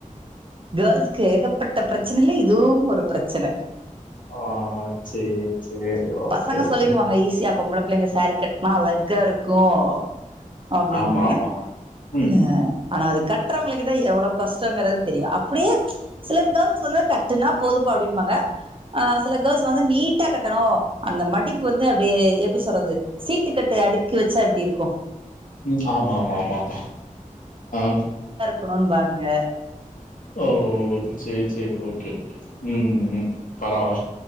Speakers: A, on the right; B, on the left.
A: கேள்சுக்கு ஏகப்பட்ட பிரச்சனயில இதுவும் ஒரு பிரச்சன
B: ஆஹ் சேரி சேரி ஓகே
A: பசங்க
B: ஓகே
A: சொல்லிருவாங்க ஈஸியாபொம்பள பிள்ளங்க சாரீ கட்னா அழகா இருக்கும் அப்டின்னு
B: ஆமா ஆமா ம்
A: ஹ ஆனா அதுக் கட்டுறவங்களுக்கு த எவ்வளவு கஷ்டங்கறது தெரியு அப்டியே சில கேள்ஸ் வந்து கட்டுனா போதும்ப அப்டின்னுபாங்க ஆஹ சில கேள்ஸ் வந்து நீட்டா கட்டணும் அந்த மடிப்பு வந்து அப்டியே எப்டி சொல்றது சீட்டுக்கட்ட அடுக்கி வச்சா எப்டி இருக்கும்
B: உம் ஆமா ஆமா ஆமா ஆமா ஹ
A: இருக்கணும்பங்க
B: ஓ சேரி சேரி ஓகே ஓகே உம் உ பரவ